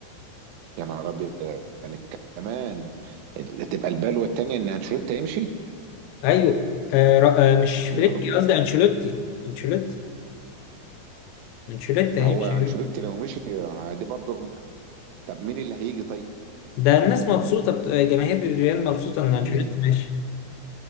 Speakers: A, on the right; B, on the left.
A: يا نهار ابيض يعني كمان ال- تبقى البلوه التانيه ان انشيلوتي هيمشي
B: أيوه آه ر- آه، مش فليك
A: يا نهار ابيض
B: قصدي أنشيلوتي أنشيلوتي أنشيلوتي
A: ما
B: هيمشي
A: هو انشيلوتي لو مشي دي برضو طب مين اللي هيجي طيب
B: ده الناس مبسوطة بت... آه، جماهير الريال مبسوطة إن
A: يعني
B: أنشيلوتي ماشي